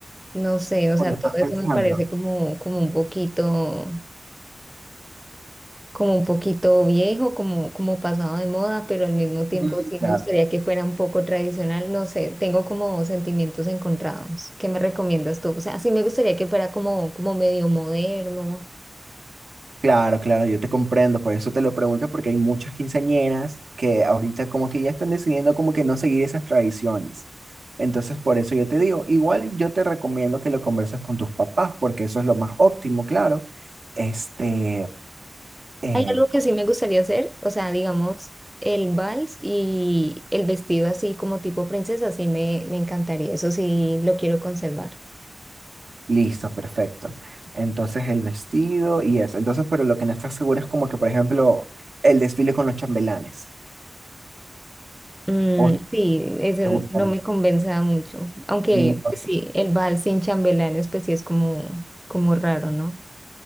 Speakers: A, in the centre; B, on the right.
A: no sé, o
B: cuando
A: sea,
B: estás
A: todo eso
B: pensando.
A: me parece como, como un poquito. como un poquito viejo, como, como pasado de moda, pero al mismo tiempo
B: Mm,
A: sí
B: Claro,
A: me gustaría que fuera un poco tradicional. No sé, tengo como sentimientos encontrados. ¿Qué me recomiendas tú? O sea, sí me gustaría que fuera como, como medio moderno.
B: claro, claro, yo te comprendo, por eso te lo pregunto, porque hay muchas quinceañeras que ahorita como que ya están decidiendo como que no seguir esas tradiciones. Entonces, por eso yo te digo, igual yo te recomiendo que lo converses con tus papás, porque eso es lo más óptimo, claro. Este, eh,
A: Hay algo que sí me gustaría hacer, o sea, digamos, el vals y el vestido así como tipo princesa, sí me, me encantaría. Eso sí lo quiero conservar.
B: listo, perfecto. Entonces, el vestido y eso. Entonces, pero lo que no estás seguro es como que, por ejemplo, el desfile con los chambelanes.
A: Mm,
B: ¿O
A: sí, eso
B: te gustaría?
A: no me convenza mucho. Aunque
B: Mm,
A: pues sí, el vals sin chambelanes, pues sí es como, como raro, ¿no?